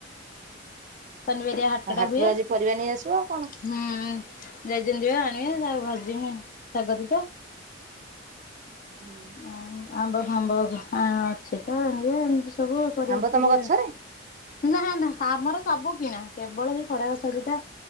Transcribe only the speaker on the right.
ହାଟରୁ
ଆଜି
ପରିବା ନେଇ ଆସିବ ଆଉ କଣ।
ହୁଁ।
ଆମ୍ବ
ତମ ଗଛରେ?